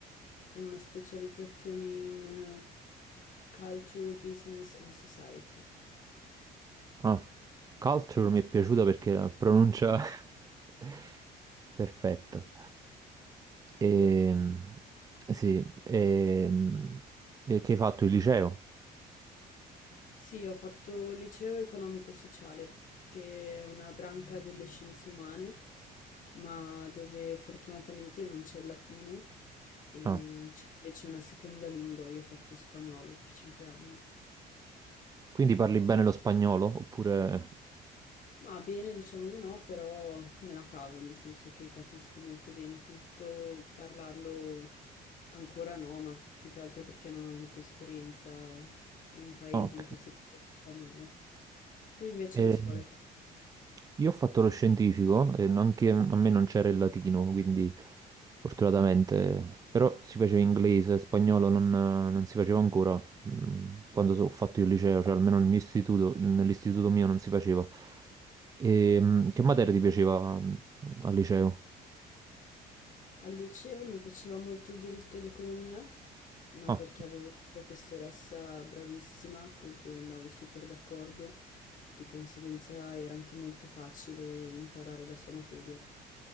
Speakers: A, on the left; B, on the right.
A: con una specializzazione in eh, Culture, Business and Society.
B: Ah, Culture
A: Es-
B: mi è piaciuta perché la pronuncia <laughs> perfetta. Ehm,
A: Grazie.
B: sì, ehm, e che hai fatto il liceo?
A: Sì, ho fatto liceo economico-sociale, che è una branca delle scienze umane, ma dove fortunatamente non c'è il latino e
B: Ah,
A: c'è invece una seconda lingua. Io ho fatto spagnolo per cinque anni.
B: quindi parli bene lo spagnolo? Oppure...
A: Ma bene, diciamo di no, però me la cavo, nel senso che capisco molto bene tutto, parlarlo ancora no, ma più che altro perché non ho avuto esperienza in paesi
B: Ok.
A: in cui si parla lo spagnolo. Tu invece
B: Ehm,
A: che scuola hai fatto?
B: Io ho fatto lo scientifico e anche a me non c'era il latino, quindi fortunatamente, però si faceva inglese, spagnolo non, non si faceva ancora mm, quando so- ho fatto io il liceo, cioè almeno nel mio istituto, nell'istituto mio non si faceva. E, mm, che materia ti piaceva mm, al liceo?
A: Al liceo mi piaceva molto diritto ed economia, ma
B: Ah,
A: perché avevo una professoressa bravissima con cui andavo super d'accordo, di conseguenza era anche molto facile imparare la sua materia.